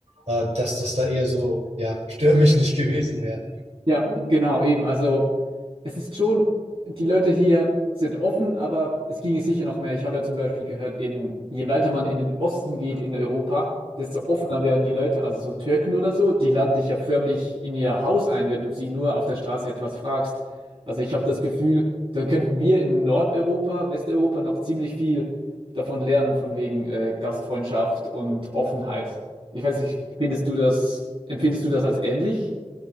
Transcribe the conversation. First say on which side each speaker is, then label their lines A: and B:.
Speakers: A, on the right; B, on the right.
A: äh, dass das da eher so, ja, stör mich nicht <laughs> gewesen wäre.
B: Ja, genau, eben. Also. es ist schon, die Leute hier sind offen, aber es ginge sicher noch mehr. Ich habe ja zum Beispiel gehört, in, je weiter man in den Osten geht in Europa, desto offener werden die Leute. Also so Türken oder so, die laden dich ja förmlich in ihr Haus ein, wenn du sie nur auf der Straße etwas fragst. Also ich habe das Gefühl, da könnten wir in Nordeuropa, Westeuropa noch ziemlich viel davon lernen, von wegen äh, Gastfreundschaft und Offenheit. Ich weiß nicht, findest du das, empfindest du das als ähnlich?